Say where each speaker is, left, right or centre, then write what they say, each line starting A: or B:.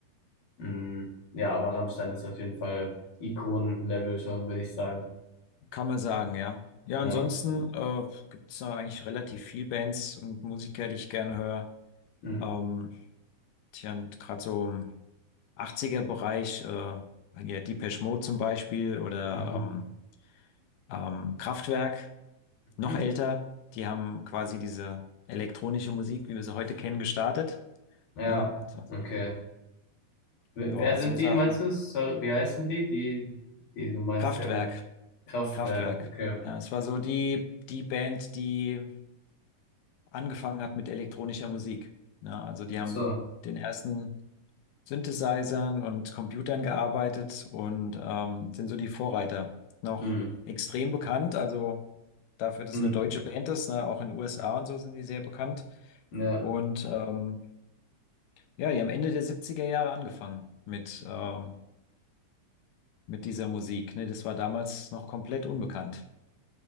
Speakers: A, on the left; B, on the left.
A: Mm, ja, aber Rammstein ist auf jeden Fall Ikonen-Level schon, würde ich sagen.
B: Kann man sagen, ja. Ja,
A: Ja.
B: ansonsten äh, gibt es da eigentlich relativ viel Bands und Musiker, die ich gerne höre.
A: Mm,
B: Ähm, tja, und gerade so. 80er-Bereich, äh, hier Depeche Mode zum Beispiel oder
A: Mhm.
B: ähm, ähm, Kraftwerk, noch
A: Mhm.
B: älter. Die haben quasi diese elektronische Musik, wie wir sie heute kennen, gestartet.
A: Ja,
B: Ne? Das waren so
A: okay.
B: also die,
A: Wer,
B: ja,
A: wer sind
B: so
A: die,
B: Sachen.
A: meinst du? Sorry, wie heißen die? Die, die du meinst,
B: Kraftwerk,
A: die haben Kraftwerk.
B: Kraftwerk.
A: Okay.
B: Ja, es war so die, die Band, die angefangen hat mit elektronischer Musik. Ne? Also die
A: Ach
B: haben
A: so.
B: den ersten Synthesizern und Computern gearbeitet und ähm, sind so die Vorreiter. Noch
A: Mm,
B: extrem bekannt, also dafür, dass
A: mm,
B: es eine deutsche Band ist, ne? Auch in den USA und so sind die sehr bekannt.
A: Ja.
B: Und ähm, ja, die haben Ende der 70er Jahre angefangen mit, ähm, mit dieser Musik. Ne? Das war damals noch komplett unbekannt.